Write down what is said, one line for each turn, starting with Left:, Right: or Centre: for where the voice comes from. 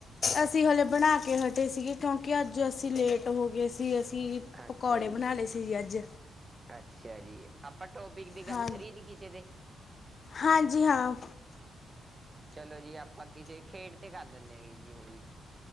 Left: ਅਸੀਂ ਹਲੇ ਬਣਾ ਕੇ ਹਟੇ ਸੀਗੇ ਕਿਉਂਕਿ ਅੱਜ ਅਸੀਂ ਲੇਟ ਹੋਗੇ ਸੀ ਅਸੀਂ
Right: ਅੱਛਿਆ
Left: ਪਕੌੜੇ
Right: ਜੀ-
Left: ਬਣਾ ਲਏ ਸੀ ਅੱਜ
Right: ਅੱਛਿਆ ਜੀ। ਆਪਾਂ ਟੋਪਿਕ ਦੇ ਗੱਲ
Left: ਹਾਂ
Right: ਕਰੀਏ ਜੀ ਕਿਸੇ ਦੇ।
Left: ਹਾਂਜੀ ਹਾਂ।
Right: ਚਲੋ ਜੀ, ਆਪਾਂ ਕਿਸੇ ਖੇਡ ਤੇ ਕਰ ਲੈਨੇ ਆ ਜਿਮੇ ਜੀ।